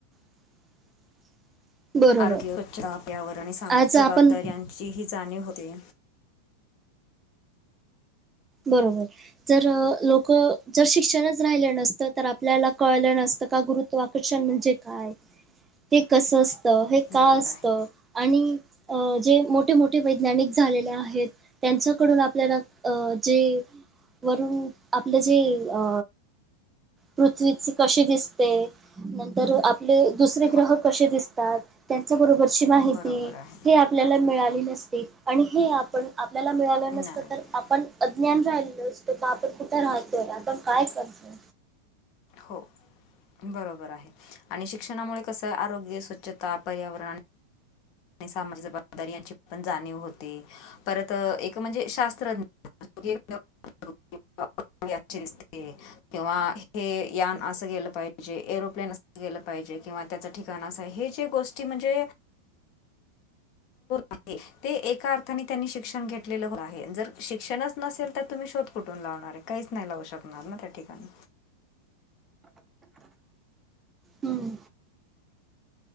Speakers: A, on the right (about 15°); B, on the left (about 40°).
A: <inaudible> बरोबर
B: आरोग्य, स्वच्छ पर्यावरण आणि सामाजिक
A: आज
B: जबाबदारी
A: आपण
B: यांची ही जाणीव होते.
A: बरोबर. जर अ लोक जर शिक्षणच राहिलं नसतं तर, आपल्याला कळलं नसतं का गुरूत्वा कर्षण म्हणजे काय? हे कस असत? हे
B: बरोबर
A: का असत?
B: आहे
A: आणि अ जे मोठे, मोठे वैज्ञानिक झालेले आहेत त्यांच्याकडून आपल्याला अ जे वरून आपलं जे अ पृथ्वीच कसे दिसते? नंतर आपले दुसरे
B: हो
A: ग्रह कसे दिसतात? त्याच्याबरोबरची माहिती
B: बरोबर आहे
A: ते आपल्याला मिळाली नसते आणि हे आपण आपल्याला मिळालं
B: नाही
A: नसतं तर आपण अज्ञान राहिलो असतो, का आपण कुठे राहतोय? आपण काय करतोय?
B: हो बरोबर आहे आणि शिक्षणामुळे कस आरोग्य, स्वचछता, पर्यावरण आणि सामाजिक जबाबदारी यांची पण जाणीव होते, परत अ एक म्हणजे शास्त्रज्ञ <unintelligible> दिसते. किंवा हे यान असं गेलं पाहिजे, एरोप्लेन असं गेलं पाहिजे किंवा त्याचा ठिकाणा असा आहे हे जे गोष्टी म्हणजे <inaudible> ते एका अर्थाने त्यांनी शिक्षण घेतलेलं आहे जर शिक्षणच नसेल तर तुम्ही शोध कुठून लावणार आहे काहीच नाही लावु शकणार ना त्या ठिकाणी
A: हम्म